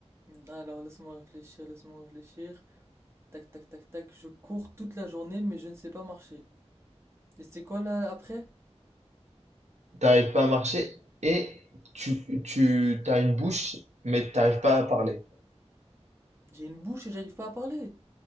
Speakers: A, on the right (about 20°); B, on the right (about 85°).
A: Alors, laisse-moi réfléchir, laisse-moi réfléchir. Tac, tac, tac, tac. Je cours toute la journée, mais je ne sais pas marcher. Et c'est quoi là après?
B: T'arrives pas à marcher et tu, tu as une bouche, mais t'arrives pas à parler.
A: J'ai une bouche et j'arrive pas à parler.